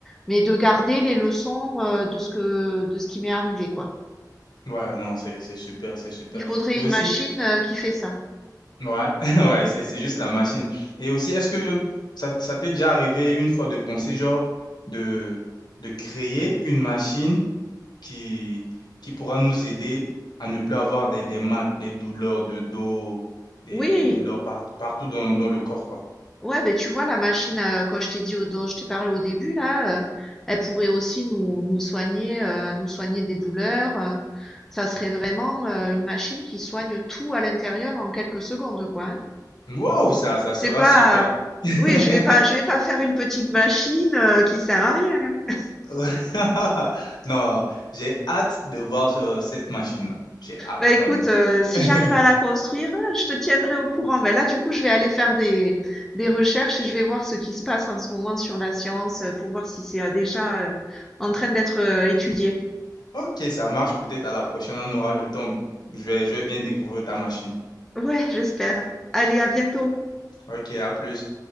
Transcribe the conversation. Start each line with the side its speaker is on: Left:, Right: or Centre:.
Centre: Mais de garder les leçons, heu, de ce que de ce qui m'est arrivé, quoi.
Left: Ouais, non, c'est, c'est super, c'est super.
Centre: Il faudrait
Left: Et aussi,
Centre: une machine, heu, qui fait ça.
Left: Ouais, <laughs> ouais, c'est c'est juste la machine. Et aussi, est-ce que ça, ça t'est déjà arrivé une fois de penser, genre, de, de créer une machine qui, qui pourra nous aider à ne plus avoir des, des mal, des douleurs de dos, des,
Centre: Oui,
Left: des douleurs par- partout dans, dans le corps, quoi.
Centre: ouais, ben tu vois la machine, heu, quand je t'ai dit au dont je t'ai parlé au début là, heu, elle pourrait aussi nous nous soigner, heu, nous soigner des douleurs, heu, ça serait vraiment, heu, une machine qui soigne tout à l'intérieur en quelques secondes, quoi, hein.
Left: Waouh, ça, ça sera
Centre: C'est pas,
Left: super. <laughs>
Centre: oui, je vais pas je vais pas faire une petite machine, heu, qui sert à rien, hein.
Left: Ouais. <laughs> Non, j'ai hâte de voir euh, cette machine-là. J'ai hâte
Centre: Bah écoute,
Left: vraiment.
Centre: euh, si
Left: <laughs>
Centre: j'arrive à la construire, je te tiendrai au courant. Mais là, du coup, je vais aller faire des, des recherches et je vais voir ce qui se passe en ce moment sur la science euh, pour voir si c'est euh, déjà euh, en train d'être euh, étudié.
Left: Ok, ça marche. Peut-être à la prochaine, on aura le temps. Je vais, je vais bien découvrir ta machine.
Centre: Ouais, j'espère. Allez, à bientôt.
Left: Ok, à plus.